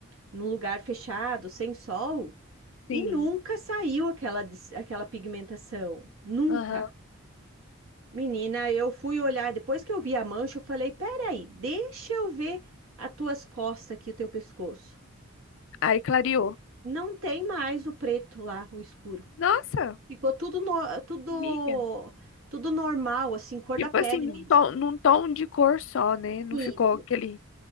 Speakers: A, on the right (about 80°); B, on the left (about 60°).
A: num lugar fechado, sem sol, e
B: sim.
A: nunca saiu aquela, dis- aquela pigmentação. Nunca.
B: Aham.
A: Menina, eu fui olhar, depois que eu vi a mancha, eu falei, peraí, deixa eu ver as tuas costas aqui, o teu pescoço.
B: Aí clareou.
A: Não tem mais o preto lá, o escuro.
B: Nossa,
A: Ficou tudo, no- tudo,
B: amiga.
A: tudo normal, assim, cor
B: Tipo
A: da pele
B: assim, num
A: mesmo.
B: tom, num tom de cor só, né? Não ficou
A: Isso,
B: aquele...